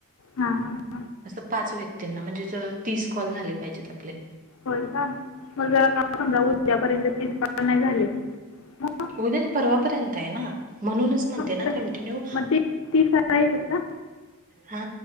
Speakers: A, on the left; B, on the right.
A: हा हा.
B: असं पाच व्यक्तींना म्हणजे ज तीस कॉल झाले पाहिजेत आपले.
A: होय का? मग आता समजा उद्यापर्यंत तीस कॉल नाही झाले मग
B: उद्या नाही परवापर्यंत आहे ना म्हणूनच म्हणते
A: मग
B: ना
A: ते-
B: कंटिन्यू
A: मग तीस सकाळीच <unintelligible> का
B: हा